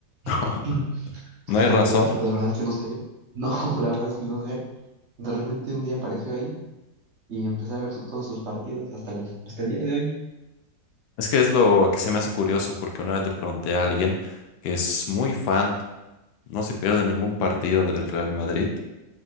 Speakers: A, on the left (about 85°); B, on the right (about 45°).
A: <laughs>
B: <clears throat>
A: No
B: La,
A: hay
B: ver-
A: razón.
B: la verdad, la verdad es que no sé, no, <laughs> la verdad es que no sé. De repente un día apareció ahí y empecé a ver su- todos sus partidos hasta, los, hasta el día de hoy.
A: Es que es lo que se me hace curioso, porque una vez le pregunté a alguien que es muy fan, no se pierde ningún partido del Real Madrid,